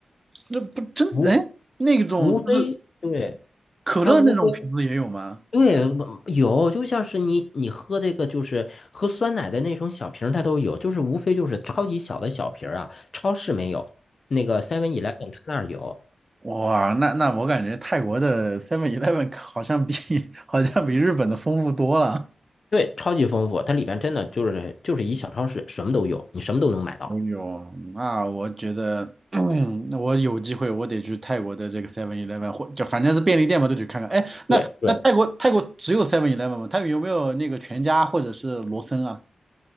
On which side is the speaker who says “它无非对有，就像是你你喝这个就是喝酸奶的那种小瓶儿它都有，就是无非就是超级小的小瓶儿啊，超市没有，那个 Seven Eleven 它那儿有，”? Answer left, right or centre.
Left